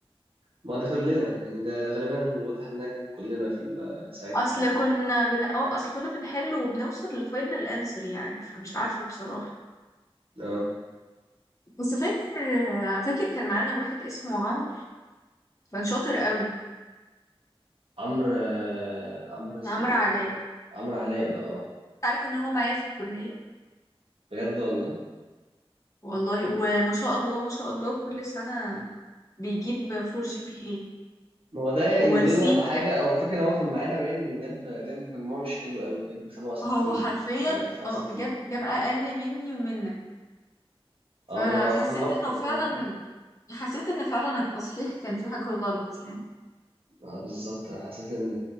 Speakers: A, on the right; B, on the left.
A: ما ده كلنا يعني ده ده غالبا واضح إنها كانت كلنا في ال- ساعتها
B: اصل
A: كان كده
B: كنا بن... اه اصل كنا بنحل وبنوصل لفاينل انسر يعني فمش عارفة بصراحة
A: آه
B: بس فاكر فاكر كان معانا واحد اسمه عمرو كان شاطر قوي
A: عمرو آه، عمرو اسمه
B: عمرو
A: إيه؟
B: علاء
A: عمرو علاء ده آه
B: عارف ان هو معايا في الكلية
A: بجد والله
B: والله وما شاء الله ما شاء الله كل سنة بيجيب فور جي بي اي
A: ما هو ده
B: هو
A: ان
B: السيت
A: دول على حاجه هو فكره ان هو كان معانا باين جاب جاب مجموعه مش حلوه قوي جاب 67
B: هو حرفيا
A: آه، 69
B: اه جاب جاب اقل مني ومنك فحسيت
A: اه ما انا ما استغربت
B: انه
A: انا
B: فعلا حسيت ان فعلا التصحيح كان فيه حاجة غلط يعني
A: اه بالظبط انا حسيت ان